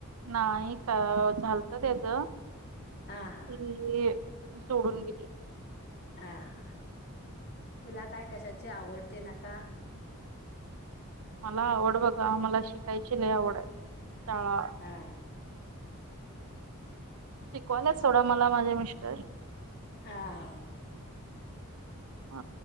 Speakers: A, on the right (about 85°); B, on the left (about 50°).
A: नाही, का झालत त्याच
B: हा हा
A: ती सोडून गेली
B: हा ह तुला काय कशाचे आवडते नका
A: मला आवड बघा आ म्हाला शिकायची लय आवड आहे शाळा
B: हा
A: शिकवायला सोडा, मला माझे मिस्टर
B: हह हा
A: अ